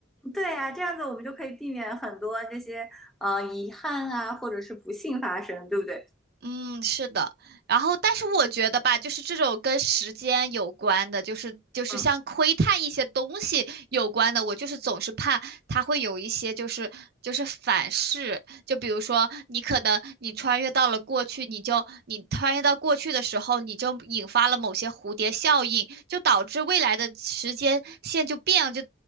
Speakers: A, in the centre; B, on the right.
A: 对呀，这样子我们就可以避免很多这些呃遗憾啊，或者是不幸发生，对不对？
B: 嗯，是的。然后，但是我觉得吧，就是这种跟时间有关的，就是就是像窥探一些东西有关的，
A: 嗯。
B: 我就是总是怕它会有一些就是就是反噬。就比如说，你可能你穿越到了过去，你就你穿越到过去的时候，你就引发了某些蝴蝶效应，就导致未来的时间线就变了，就